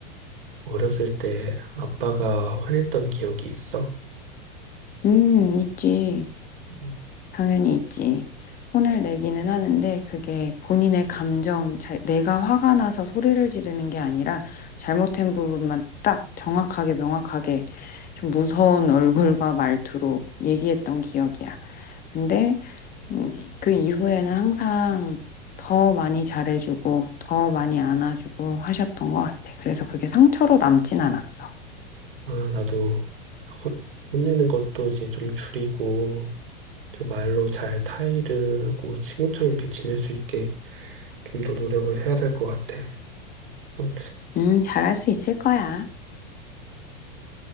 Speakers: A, on the right; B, on the left.
A: 어렸을 때 아빠가 화냈던 기억이 있어?
B: 음, 있지.
A: 음.
B: 당연히 있지. 혼을 내기는 하는데 그게 본인의 감정, 자- 내가 화가 나서 소리를 지르는 게 아니라 잘못된 부분만 딱 정확하게 명확하게 좀 무서운 <laughs> 얼굴과 말투로 얘기했던 기억이야. 근데 음, 그 이후에는 항상 더 많이 잘해주고 더 많이 안아주고 하셨던 것 같아. 그래서 그게 상처로 남진 않았어.
A: 아, 나도 혼, 혼내는 것도 이제 좀 줄이고, 저 말로 잘 타이르고 친구처럼 이렇게 지낼 수 있게 좀 더 노력을 해야 될 것 같아. 그래서
B: 음, 잘할 수 있을 거야.